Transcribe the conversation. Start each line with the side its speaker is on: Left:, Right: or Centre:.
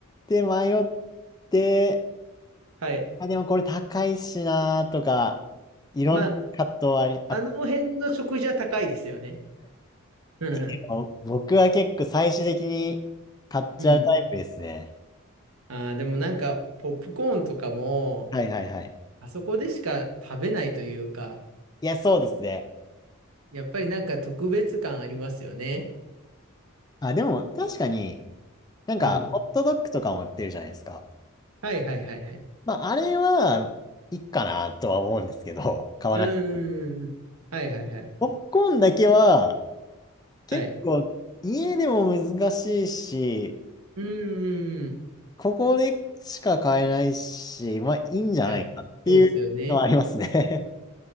Left: て迷って、
Right: はい。
Left: あ、でもこれ高いしなーとか、いろんな葛藤あり、
Right: まあ、
Left: あ、
Right: あの辺の食事は高いですよね。うん。
Left: <laughs> 僕は結構最終的に買っちゃうタイプですね。
Right: うん。ああ、でもなんか、ポップコーンとかも、
Left: はいはいはい。
Right: あそこでしか食べないというか、
Left: いや、そうですね。
Right: やっぱりなんか特別感ありますよね。
Left: あ、でも確かに、なんかホットドッグとかも売ってるじゃないですか。
Right: うん。はいはいはいはい。
Left: まあ、あれはいいかなとは思うんですけど、買わなくて。
Right: うーん。はいはいはい。
Left: ポップコーンだけは結構家でも難しいし、
Right: はい。うーん。
Left: ここでしか買えないし、まあいいんじゃないかっていうのはありますね。
Right: いや、そうですよね。